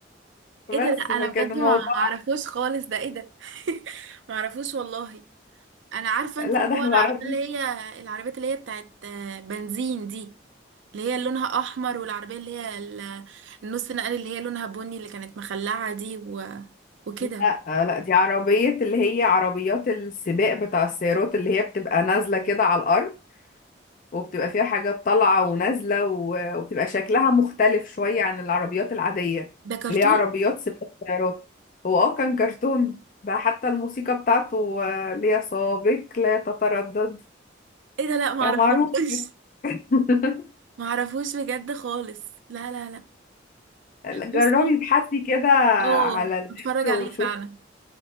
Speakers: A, on the left (about 45°); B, on the right (about 80°).
A: بس
B: ايه ده لا انا
A: فكان
B: بجد
A: الموضوع
B: ما ما اعرفوش خالص ده ايه ده <laughs> ما اعرفوش والله انا عارفة
A: لا
B: انت اللي
A: ده احنا
B: هو انا
A: العربية
B: عارفة اللي هي العربيات اللي هي بتاعت آه، بنزين دي اللي هي لونها احمر والعربية اللي هي ال- النص نقل اللي هي لونها بني اللي كانت مخلعة دي و... وكده
A: لا لا دي عربية اللي هي عربيات السباق بتاع السيارات اللي هي بتبقى نازلة كده على الأرض وبتبقى فيها حاجات طالعة ونازلة و- وبتبقى شكلها مختلف شوية عن العربيات العادية
B: ده كرتون
A: اللي هي عربيات سباق السيارات هو اه كان كرتون ده حتى الموسيقى بتاعته آه، اللي هي سابق لا تتردد
B: ايه ده لا ما
A: يا
B: اعرفوش
A: معروف <laughs>
B: <laughs> ما اعرفوش بجد خالص لا لا لا
A: جربي
B: بصي
A: ابحثي كده على
B: اوه
A: النت
B: هتفرج عليه
A: وشوفي
B: فعلا